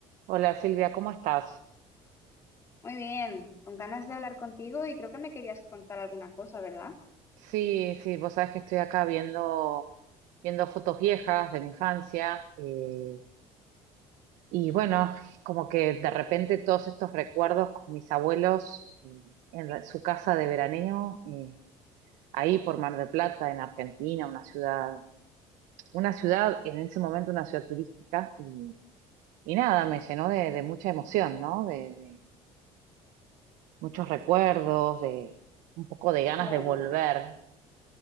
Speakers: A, on the right; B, on the left.
A: Hola Silvia, ¿cómo estás?
B: Muy bien, con ganas de hablar contigo y creo que me querías contar alguna cosa, ¿verdad?
A: Sí, sí, vos sabés que estoy acá viendo, viendo fotos viejas de mi infancia eh, y bueno, como que de repente todos estos recuerdos con mis abuelos eh, en la- su casa de veraneo, eh, ahí por Mar del Plata, en Argentina, una ciudad, una ciudad, en ese momento una ciudad turística y, y nada, me llenó de, de mucha emoción, ¿no? De, de muchos recuerdos, de un poco de ganas
B: Claro.
A: de volver,